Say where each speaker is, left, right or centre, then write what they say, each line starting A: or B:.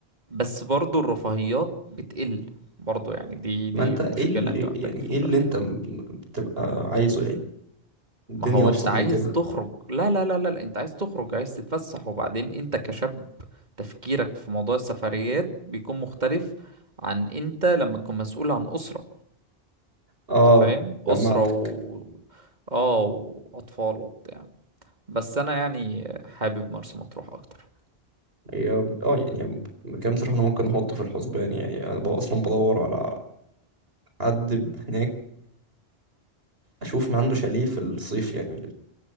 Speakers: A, on the right (about 45°); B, on the right (about 65°).
A: بس برضو الرفاهيات بتقل برضو يعني دي دي
B: ما أنت
A: مشكلة
B: إيه اللي
A: انت محتاج
B: يعني
A: تفكر
B: إيه اللي
A: فيها
B: أنت م- بتبقى عايزه يعني الدنيا
A: ما هو
B: أبسط
A: انت عايز
B: من كده
A: تخرج لا لا لا لا لا، انت عايز تخرج عايز تتفسح وبعدين انت كشاب تفكيرك في موضوع السفريات بيكون مختلف عن انت لما تكون مسؤول عن أسرة
B: اه
A: انت فاهم
B: جمعتك
A: أسرة و اه وأطفال وبتاع بس انا يعني حابب مرسى مطروح اكتر
B: هي اه يعني مكان بصراحة أنا ممكن أحطه في الحسبان يعني أنا بقى أصلا بدور على حد هناك أشوف ما عنده شاليه في الصيف يعني